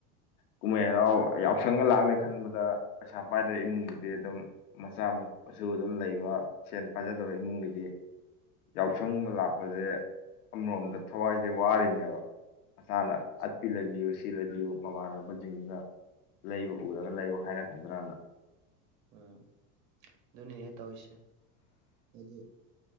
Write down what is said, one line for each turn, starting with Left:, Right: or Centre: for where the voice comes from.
Left: ꯀꯨꯝꯍꯩ ꯍꯔꯥꯎ ꯌꯥꯎꯁꯪꯒ ꯂꯥꯛꯅꯤ ꯈꯟꯕꯗ ꯄꯩꯁꯥ ꯄꯥꯏꯗꯕ ꯏꯃꯨꯡꯒꯤꯗꯤ ꯑꯗꯨꯝ ꯃꯆꯥ ꯃꯁꯨ ꯑꯗꯨꯝ ꯂꯩꯕ ꯁꯦꯜ ꯄꯥꯏꯖꯗꯕ ꯏꯃꯨꯡꯒꯤꯗꯤ ꯌꯥꯎꯁꯪꯒꯨꯝ ꯑꯃ ꯂꯥꯛꯄꯁꯦ ꯑꯃꯔꯣꯝꯗ ꯊꯋꯥꯏꯁꯦ ꯋꯥꯔꯤꯅꯦꯕ ꯑꯁꯥꯅꯅ
Right: ꯎꯝ
Left: ꯑꯤ ꯂꯒ ꯁꯤ ꯂꯩꯕꯤꯌꯨ ꯃꯃꯥꯟꯅꯕꯁꯤꯡꯁꯤꯅ ꯂꯩꯕ ꯎꯔꯒ ꯂꯩꯌꯣ ꯍꯥꯏꯔꯛꯀꯗ꯭ꯔꯅ
Right: ꯎꯝ ꯑꯗꯨꯅꯤ ꯌꯦ ꯇꯧꯏꯁꯦ ꯑꯗꯨ